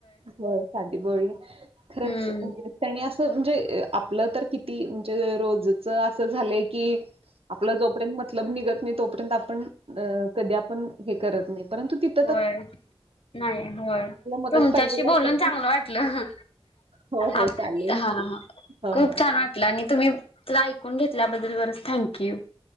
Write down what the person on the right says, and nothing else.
होय. साधी बोळी खरच
त्यांनी असं म्हणजे आपलं तर. किती म्हणजे रोजच असं झालंय की, आपला जोपर्यंत मतलब निघत नाही तोपर्यंत आप पण अ कधी आपण करत नाही परंतु तिथ
मदत
पाहिजेल आहे
तर ती
हो हो
चालेल
हो
हो